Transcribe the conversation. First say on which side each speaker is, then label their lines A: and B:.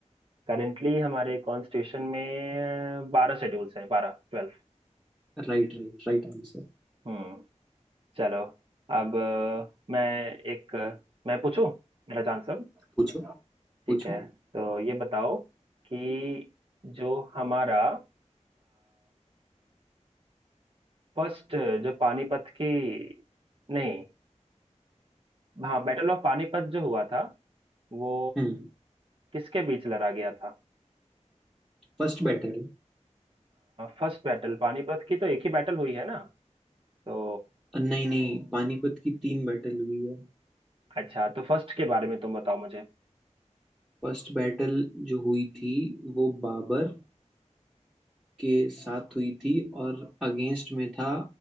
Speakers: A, on the right; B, in the centre.
A: करेंटली हमारे कॉन्स्टिट्यूशन में बारह शेड्यूल्स हैं बारह ट्वेल्व
B: Right right right answer
A: हम्म चलो अब अ, मैं एक अ, मैं पूछूं मेरा चांस अब
B: पूछो
A: ठीक
B: पूछो
A: है तो ये बताओ कि जो हमारा फर्स्ट जो पानीपत की नहीं हाँ बैटल ऑफ पानीपत जो हुआ था वो
B: हम्म
A: किसके बीच लड़ा गया था
B: First battle
A: फर्स्ट बैटल पानीपत की तो एक ही बैटल हुई है ना तो
B: नहीं नहीं पानीपत की तीन बैटल हुई है
A: अच्छा तो फर्स्ट के बारे में तुम बताओ मुझे
B: फर्स्ट बैटल जो हुई थी वो बाबर के साथ हुई थी और अगेंस्ट में था